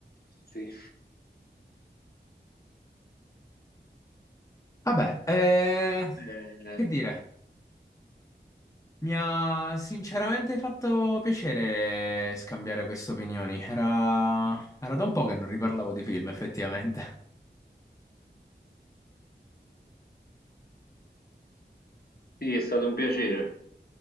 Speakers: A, on the left (about 55°); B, on the left (about 15°).
A: Sì.
B: Vabbè, eh,
A: Eh,
B: che dire? Mi ha sinceramente fatto piacere scambiare queste opinioni. Era... era da un po' che non riparlavo di film, effettivamente.
A: sì, è stato un piacere.